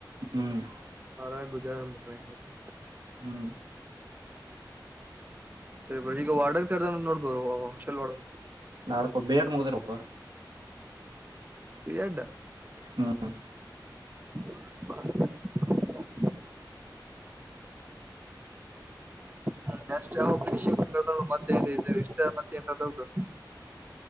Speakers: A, on the right; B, on the right.
A: ಹ್ಮ್
B: ಅದರಾಗ ಗುದ್ದಾಡುದ <inaudible>
A: ಹ್ಮ್
B: ಸರಿ ಬಿಡಿ ಈಗ ವಾರ್ಡನ್ ಕರದಾನ ಅಂತ ನೋಡ್ ಬ್ರೋ ಹಾಸ್ಟೆಲ್ ವಾರ್ಡನ್.
A: ಎ ಅದಕ್ಕ ಬಿ ಎಡ್ ಮುಗದಿರಬೇಕೋ.
B: B Ed.
A: ಹ್ಮ್.
B: <unintelligible> ಹ್ಮ್ ಎಷ್ಟ ಯಾವದ ಮತ್ತ ಏನ್ ಇದ ಇಷ್ಟ ಮತ್ತ ನ್ದಾವದು